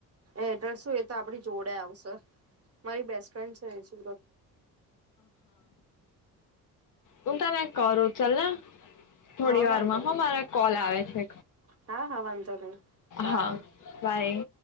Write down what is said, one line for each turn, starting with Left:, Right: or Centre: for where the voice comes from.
Right: એડ્રેસું એ તો આપડી જોડે આવશે. મારી બેસ્ટ. ફ્રેન્ડ છે <unintelligible>
Left: હુ કાલે કરું ચલને થોડી
Right: હા
Left: વારમાં
Right: વાંધો
Left: હો
Right: નહી
Left: મારા કોલ
Right: હા
Left: આવે છે
Right: હા હા વાંધો નહી બાય
Left: હા બાય.